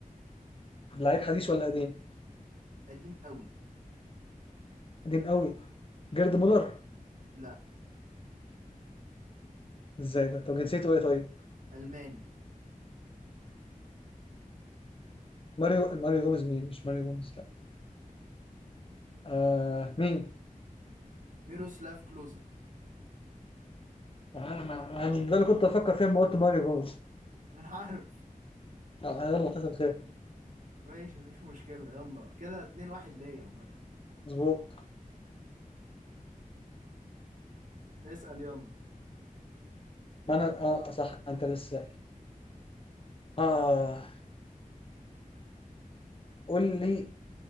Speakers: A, on the left; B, on the right.
A: لعيب حديث ولا قديم
B: قديم قوي
A: قديم قوي جيرد مولر
B: لا
A: ازاي ده طب جنسيته ايه طيب
B: الماني
A: ماريو ماريو جوميز مين مش ماريو جوميز لا آه مين
B: ميروسلاف كلوزا
A: آه ما... أنا ده اللي كنت افكر فيه لما قلت ماريو جوميز
B: <laughs> ما انا عارف
A: آه يلا حصل خير
B: ماشي مفيش مشكلة يلا كده 2 1 ليا عامة
A: مظبوط
B: اسأل يلا
A: ما انا اه صح انت لسه سائل. اه قول لي